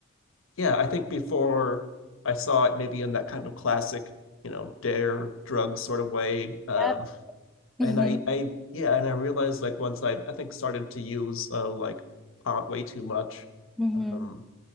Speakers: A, on the left; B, in the centre.
A: yeah, I think before I saw it maybe in that kind of classic you know dare drug sort of way um
B: Yep. hmm
A: and i i yeah and i realized like once i i think started to use uh like pot way too much
B: hmm
A: um